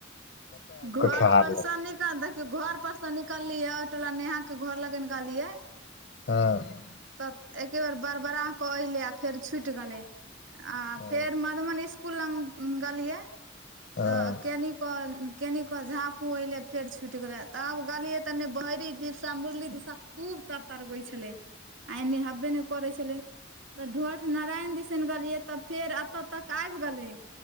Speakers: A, on the right; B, on the left.
A: घर
B: खेहार
A: परस
B: लग
A: निकल देखियो घर पर स निकललियै ओय टोला नेहा के घर लगेन गियै
B: हँ
A: तऽ एके बेर बरबड़ा क अऐलै आ फेर छुटि गेलै आ
B: हँ
A: फेर म मन इसकूल लग गेलियै
B: हँ
A: तऽ केनी क कनि कऽ झाँपू अएलै फेर छुटि गेलै तऽ आब गेलियै तनि बहरी दिस मुरली दिसा खूब तर तर रबै छलै आ एनी हेबे नै करै छल तऽ ढोठ नारायण दिसन गेलियै तऽ फेर एतय तक आबि गेलै